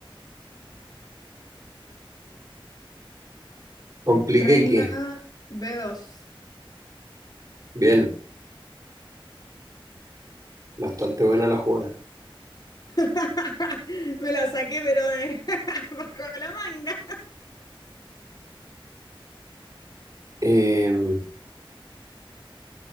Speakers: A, on the right; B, on the left.
A: Compliqué
B: reina
A: que.
B: b dos
A: Bien, bastante buena la jugada.
B: <laughs> Me la saqué, pero de <laughs> bajo la manga.
A: Em,